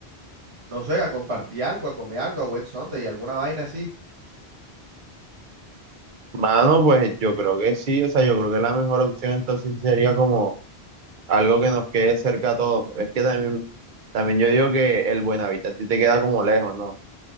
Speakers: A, on the right; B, on the right.
A: no sé, a compartir algo, a comer algo, a Wet Sunday, alguna vaina así.
B: Mano, pues yo creo que sí, o sea, yo creo que la mejor opción entonces sería como algo que nos quede cerca a todos. Es que también, también yo digo que el Buenavista a ti te queda como lejos, ¿no?